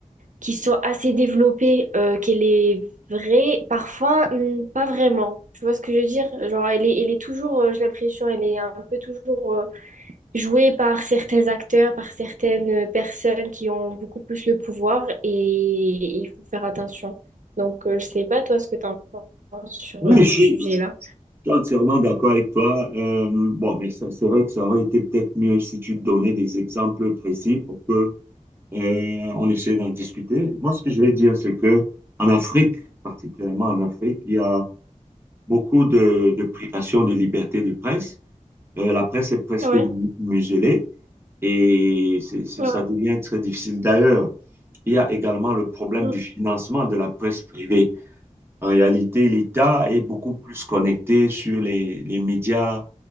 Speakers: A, on the right (about 75°); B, on the right (about 20°).
A: qui sont assez développés, euh, qu'elle est vraie, parfois, hum, pas vraiment. Tu vois ce que je veux dire? Genre, elle est, elle est toujours, euh, j'ai l'impression, elle est un peu toujours euh, joué par certains acteurs, par certaines personnes qui ont beaucoup plus le pouvoir et il faut faire attention. Donc, euh, je sais pas toi ce que tu en penses sur
B: Oui,
A: euh, ce
B: je suis,
A: sujet-là.
B: je suis entièrement d'accord avec toi. Euh, bon, mais ça- c'est vrai que ça aurait été peut-être mieux si tu donnais des exemples précis pour que euh, on essaie d'en discuter. Moi, ce que je vais dire, c'est que en Afrique, particulièrement en Afrique, il y a beaucoup de, de privation de liberté de presse. Euh, la presse est presque
A: Ouais,
B: mu- muselée et c'est- c'est-
A: ouais.
B: ça devient très difficile. D'ailleurs, il y a également le problème
A: mm.
B: du financement de la presse privée. En réalité, l'État est beaucoup plus connecté sur les, les médias